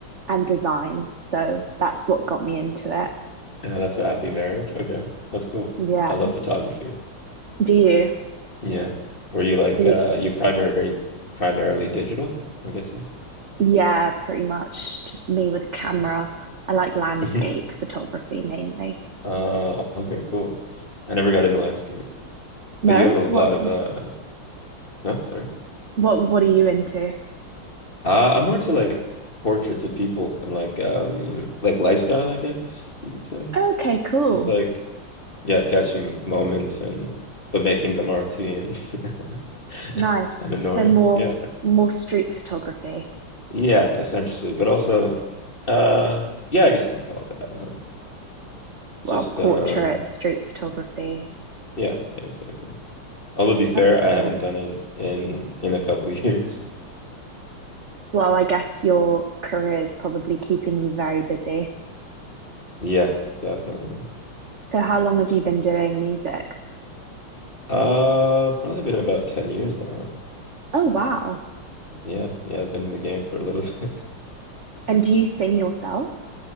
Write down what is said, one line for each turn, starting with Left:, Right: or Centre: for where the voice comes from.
Right: and design. So that's what got me into it.
Left: Yeah, that's a happy marriage. Okay. That's cool.
Right: Yeah.
Left: I love photography.
Right: Do you?
Left: Yeah. Were you like
Right: you
Left: uh you primary primarily digital, I'm guessing?
Right: yeah, pretty much. Just me with a camera.
Left: Nice.
Right: I like landscape
Left: <laughs>
Right: photography mainly.
Left: Uh okay, cool. I never got into landscape.
Right: No?
Left: But you have a lot
Right: What
Left: of uh no, sorry.
Right: what what are you into?
Left: Uh I'm more into like portraits of people and like um like lifestyle, I guess you could say.
Right: Okay, cool.
Left: It's like yeah, catching moments and but making them artsy and
Right: Nice.
Left: <laughs> and annoying.
Right: So more
Left: Yeah.
Right: more street photography.
Left: Yeah, essentially. But also, uh, yeah, I guess you could call it that one up.
Right: Well,
Left: Just,
Right: portrait
Left: um,
Right: street photography.
Left: yeah, yeah, exactly. Although to be fair,
Right: That's cool.
Left: I haven't done it in in a couple <laughs> years.
Right: Well, I guess your career is probably keeping you very busy.
Left: Yeah, definitely.
Right: So, how long have
Left: S-
Right: you been doing music?
Left: Uh, probably been about 10 years now.
Right: Oh, wow.
Left: Yeah, yeah, I've been in the game for a little <laughs> bit.
Right: And do you sing yourself?